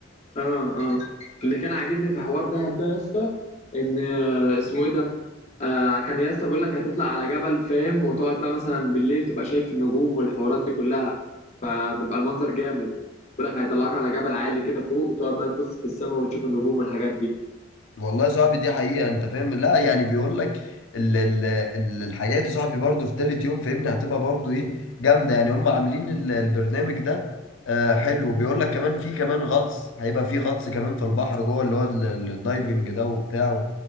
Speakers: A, on the left (about 35°); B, on the left (about 75°).
A: اه اه اللي كان عاجبني في حوار دهب ده يا اسطى ان آه، اسمه ايه ده آه كان يا اسطى بيقول لك هتطلع على جبل فاهم وتقعد بقى مثلا بالليل تبقى شايف النجوم والحوارات دي كلها فبيبقى المنظر جامد بيقول لك هيطلعك على جبل عالي كده فوق وتقعد بقى تبص في السماء وتشوف النجوم والحاجات دي
B: والله يا صاحبي دي حقيقة انت فاهم لا يعني بيقول لك ال... ال... ال- الحاجات يا صاحبي برضه في تالت يوم فاهمني هتبقى برضه ايه جامدة يعني هم عاملين ال- البرنامج ده آه حلو بيقول لك كمان في كمان غطس هيبقى في غطس كمان في البحر جوه اللي هو ال- ال- الدايفنج ده وبتاع